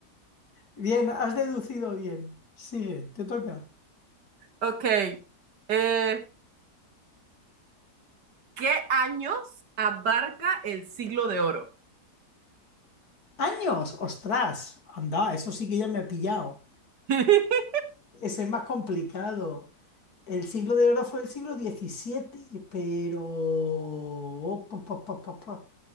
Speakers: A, on the left (about 65°); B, on the right (about 80°).
A: Bien, has deducido bien. Sigue, te toca.
B: Ok. eh, ¿qué años abarca el siglo de oro?
A: ¡Años! ¡Ostras! Anda, eso sí que ya me ha pillado.
B: <laughs>
A: Es el más complicado. El siglo de oro fue el siglo diecisiete, pero... oh, pa, pa, pa, pa, pa.